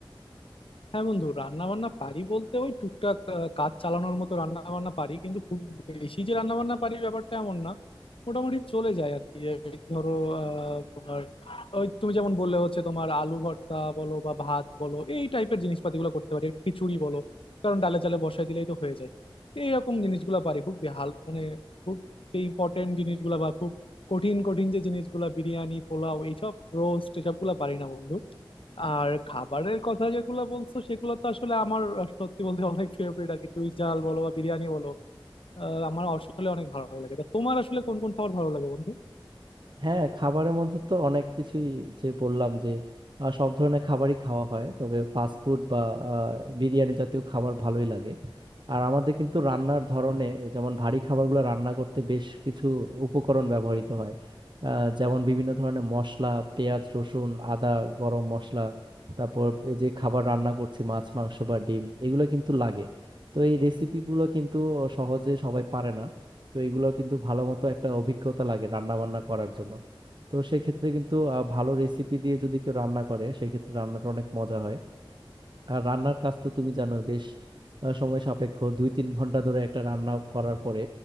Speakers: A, on the left; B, on the right.
A: হ্যাঁ বন্ধু রান্না বান্না পারি বলতে ওই টুকটাক আহ, কাজ চালানোর মতো রান্না বান্না পারি কিন্তু খুব বেশি যে রান্না বান্না পারি ব্যাপারটা এমন না মোটামুটি চলে যায় আর কি এই ধরো আহ, তোমার ওই তুমি যেমন বললে হচ্ছে তোমার আলু ভর্তা বলো বা ভাত বলো এই টাইপের জিনিসপাতিগুলো করতে পারি একটু খিচুড়ি বলো কারণ ডালে চালে বসাই দিলেই তো হয়ে যায় এইরকম জিনিসগুলো পারি খুব বেহাল মানে খুব সেই ইম্পর্টেন্ট জিনিসগুলো বা খুব কঠিন কঠিন যে জিনিসগুলো বিরিয়ানি পোলাও এইসব রোস্ট এসবগুলো পারি না বন্ধু আর খাবারের কথা যেগুলো বলছো সেগুলো তো আসলে আমার সত্যি বলতে অনেক ফেভারিট আর কি চুই ঝাল বলো বা বিরিয়ানি বলো আহ, আমার আসলে অনেক ভালো লাগে তা তোমার আসলে কোন কোন খাবার ভালো লাগে বন্ধু
B: হ্যাঁ খাবারের মধ্যে তো অনেক কিছুই যে বললাম যে আহ, সব ধরনের খাবারই খাওয়া হয় তবে ফাস্ট ফুড বা আহ, বিরিয়ানি জাতীয় খাবার ভালোই লাগে আর আমাদের কিন্তু রান্নার ধরনে যেমন ভারী খাবারগুলো রান্না করতে বেশ কিছু উপকরণ ব্যবহৃত হয় আহ, যেমন বিভিন্ন ধরনের মশলা পেঁয়াজ রসুন আদা গরম মশলা তারপর এই যে খাবার রান্না করছি মাছ মাংস বা ডিম এগুলো কিন্তু লাগে তো এই রেসিপিগুলো কিন্তু সহজে সবাই পারে না তো এগুলো কিন্তু ভালো মতো একটা অভিজ্ঞতা লাগে রান্না বান্না করার জন্য তো সেক্ষেত্রে কিন্তু আহ, ভালো রেসিপি দিয়ে যদি কেউ রান্না করে সেক্ষেত্রে রান্নাটা অনেক মজা হয় আর রান্নার কাজ তো তুমি জানো বেশ আহ, সময় সাপেক্ষ দুই তিন ঘন্টা ধরে একটা রান্না করার পরে